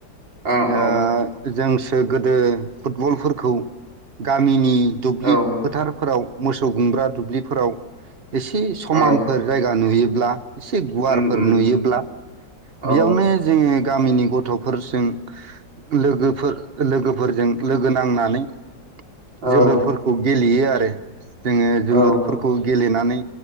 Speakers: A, on the right (about 75°); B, on the right (about 45°).
A: औ
B: ओ
A: औ
B: जोंस सो गोदो फुटबलफोरखौ गामिनि। दुब्लि
A: औ
B: फोथारफोराव। मोसौ गुमग्रा दुब्लिफोराव एसे समानफोर
A: औ
B: जायगा नुयो ब्ला एसे गुवारफोर
A: उम उम
B: नुयोब्ला बेयावनो
A: औ
B: जों गामिनि गथ'फोरजों लोगोफोर लोगोफोरजों लोगो नांनानै
A: औ
B: जोलुरफोरखौ गेलेयो आरो जोङो जोलुरफोरखौ
A: औ
B: गेले नानै